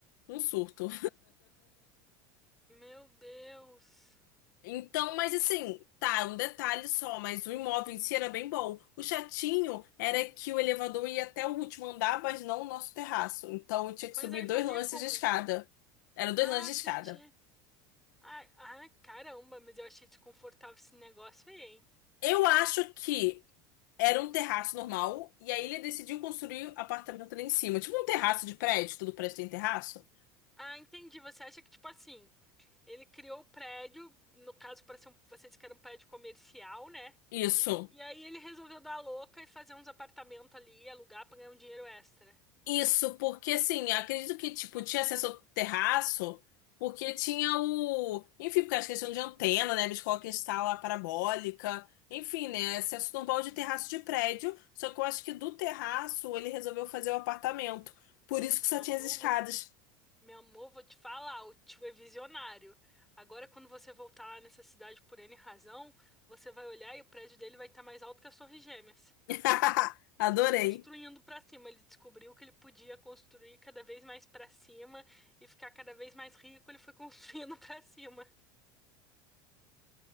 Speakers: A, on the left; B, in the centre.
A: um surto.
B: Meu Deus.
A: Então, mas assim, tá, um detalhe só, mas o imóvel em si era bem bom. O chatinho era que o elevador ia até o último andar, mas não o nosso terraço. Então, eu tinha que
B: Mas
A: subir
B: aí
A: dois
B: fazia
A: lances
B: como?
A: de escada. Eram dois
B: Ah,
A: lances de
B: você
A: escada.
B: tinha. Ah, ah, caramba, mas eu achei desconfortável esse negócio aí, hein?
A: Eu acho que Era um terraço normal, e aí ele decidiu construir um apartamento ali em cima. Tipo um terraço de prédio, todo prédio tem terraço.
B: Ah, entendi. Você acha que, tipo assim, ele criou o prédio, no caso, para ser um, você disse que era um prédio comercial, né?
A: Isso.
B: E aí ele resolveu dar a louca e fazer uns apartamentos ali, alugar pra ganhar um dinheiro extra.
A: Isso, porque assim, acredito que, tipo, tinha acesso ao terraço, porque tinha o. Enfim, porque as questões de antena, né? Biscoca instala a parabólica. Enfim, né? Acesso normal de terraço de prédio. Só que eu acho que do terraço ele resolveu fazer o apartamento. Por isso que
B: Meu
A: só tinha
B: amor,
A: as escadas.
B: vou, meu amor, vou te falar, o tio é visionário. Agora, quando você voltar lá nessa cidade por N razão, você vai olhar e o prédio dele vai estar mais alto que as Torres Gêmeas.
A: <laughs> Adorei.
B: Ele foi construindo pra cima, ele descobriu que ele podia construir cada vez mais pra cima e ficar cada vez mais rico, ele foi construindo <laughs> pra cima.